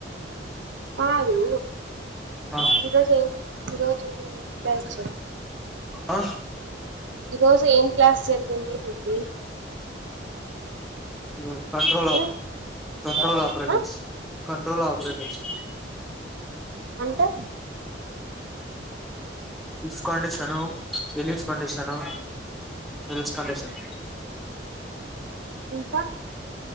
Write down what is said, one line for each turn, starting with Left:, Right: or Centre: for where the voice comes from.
Right: కాదు
Centre: ఆ
Right: ఇరోజు ఈరోజు చేస్
Centre: ఆ
Right: ఈ రోజు ఏం క్లాస్ జరిగింది నకి
Centre: హ కంట్రోల్ ఆ
Right: ఉమ్
Centre: కంట్రోల్ ఆపరేటర్స్
Right: ఆ
Centre: కంట్రోల్ ఆపరేటర్స్
Right: అంతే
Centre: డిస్కన్డిషన్ రలీఫ కండీషను రలీ కషన్
Right: ఇంకా